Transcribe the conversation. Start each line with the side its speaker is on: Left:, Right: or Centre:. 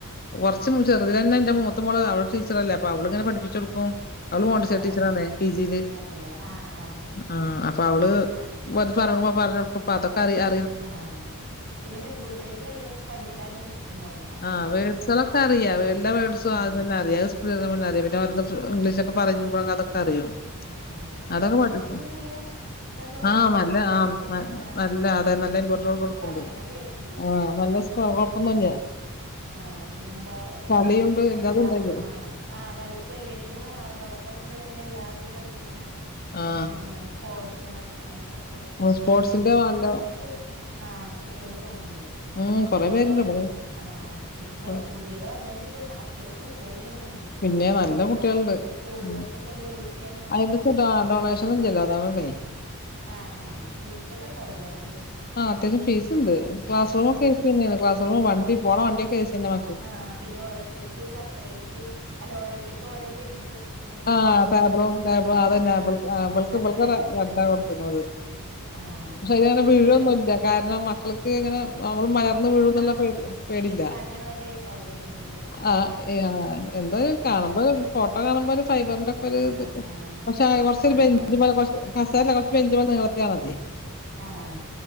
Left: കുറച്ച് ചെറുതിലന്നെ എന്റെ മൂത്ത മോള് അവള് ടീച്ചറല്ലേ അപ്പ അവളിങ്ങനെ പഠിപ്പിച്ച് കൊടുക്കും. അവള് മോണ്ടിസറി
Right: ആഹ്
Left: ടീച്ചറാണേ പി ജില്
Right: അതെല്ലേ ആഹ് ആഹ്
Left: ആഹ് അപ്പൊ അവള്
Right: ആഹ്
Left: വന്ന് പറയുമ്പോ പറഞ്ഞ് അതൊക്കെ അറിയാ
Right: ആഹ്. പിന്നെ പെൺകുട്ടികൾക്ക് വല്ലതും പഠിക്കാനൊരിഷ്ടം ഉണ്ടാവും.
Left: ആഹ് വേഡ്സ്കളൊക്കെ അറിയാ എല്ലാ വേഡ്സും എല്ലാം
Right: ആഹ്
Left: തന്നെ അറിയാ. ഇവിടിരുന്നാ പിന്നെ അറിയും പിന്നെ ഓരോന്ന് ഇംഗ്ലീഷൊക്കെ പറയുമ്പോ അതൊക്കെ അറിയും
Right: ഏഹ് പിന്നെ
Left: അതൊക്കെ
Right: ഈ
Left: പഠിക്കും.
Right: സ്കൂള് നല്ല ഇതാ തോന്ന്ണ്ട്
Left: ആഹ്
Right: എല്ലാത്തിനും
Left: നല്ല ആഹ്
Right: ഭയങ്കര ആഹ്
Left: നല്ല അതെ നല്ല ഇമ്പോർട്ടന്റ് കൊടുക്കണ്ട്
Right: പറയ്ണ കേട്ട്
Left: ആഹ് നല്ല സ് കൊഴപ്പൊന്നുല്ല.
Right: ആഹ് പിന്നെന്താ
Left: കളിയുണ്ട് എല്ലാതും
Right: എല്ലാ
Left: ഉണ്ട് അയില്.
Right: ആഹ് ആഹ് കളിക്കും എല്ലാത്തിനും ആഹ് തുടക്കം മുതലെ എല്ലാതും പഠപ്പിക്കണേ
Left: ആഹ്
Right: അങ്ങനെയാണെന്ന് പറഞ്ഞേ സ്പോർട്സിന് അങ്ങനത്തൊ ക്കെ
Left: സ്പോർട്സിന്റെ
Right: എന്നാലും
Left: നല്ല
Right: ഇവിടുന്നൊക്ക ആഹ് കുട്ടികള് പോണ്ട്
Left: ഉം. കൊറേ
Right: ഇപ്പൊ
Left: പേരുണ്ട്
Right: വരും
Left: ഇവിടെ.
Right: ആഹ് ഇപ്പൊ
Left: ഉം.
Right: പുതിയതാന്ന് വെച്ചിട്ട് അത്യാവശ്യം കുട്ടികള് ഉണ്ടെന്ന് തോന്ന്ണ്ട്
Left: പിന്നെ നല്ല കുട്ടികളുണ്ട്.
Right: പിന്നെ സ്കൂൾ
Left: ഉം.
Right: ബസൊക്കെ എന്താ ഏ സി ആണെന്നൊക്കെ
Left: അതിന്റെയൊക്കെ
Right: പറഞ്ഞവര്
Left: ഡോ ഡൊണേഷൻ ഇല്ലല്ലോ അതാണേ.
Right: ആഹ് ആഹ്. ഫീസൊക്കെ ഉണ്ടാവൂലേ അത്യാവശ്യം
Left: ആഹ് അത്യാവശ്യം ഫീസ്ണ്ട്. ക്ലാസ്റൂമൊക്കെ
Right: ആഹ്
Left: അടുത്തന്നെയാണ് ക്ലാസ്റൂ വണ്ടി പോണ വണ്ടിയോക്കെ ഏ സി തന്നെയാണ്.
Right: ആഹ് പിന്നെ ഓരോരുത്തർക്ക് സപ്പറേറ്റ് അല്ല ഓരോരുത്തർക്ക്‌ ഓരോ ബെഞ്ചും അങ്ങനെ എന്താ
Left: ആഹ ടേബിളും ത അതന്നെളക്കക്ക
Right: ആഹ് കസേരൊക്കെയാണ്
Left: വണ്ട
Right: നമ്മക്ക്
Left: കൊടുത്തക്കണുന്നത് <unintelligible>
Right: ആഹ്
Left: ശരി അങ്ങനെ
Right: പിന്നെ
Left: വീഴൊന്നുല്ല
Right: ചെറിയ മ
Left: കാരണം മക്കൾക്ക് ഇങ്ങനെ നമ്മള് മലർന്ന് വീഴുന്നുള്ള
Right: ആഹ്
Left: പേടിയാ പേടില്ല
Right: കനള്ള ടൈപ്പ് ആവും ആ ഇരുമ്പിന്റെക്കെ
Left: ആഹ്
Right: അങ്ങനെ ആവൂലേ
Left: എന്തായാലും കാണുമ്പോ
Right: ആഹ്
Left: ഫോട്ടോ കാണുമ്പോ ഒരു ഫൈബറിന്റെ ഒക്കൊരു
Right: ആഹ്
Left: ഇത്
Right: ആഹ്
Left: പക്ഷെ കുറച്ചൊരു
Right: ആഹ്
Left: ബെഞ്ച്
Right: അല്ല പിന്നെ
Left: പോലെ കസേരല്ല കുറച്ച് ബെഞ്ച് പോലെ നീളത്തി മതി
Right: ആഹ്.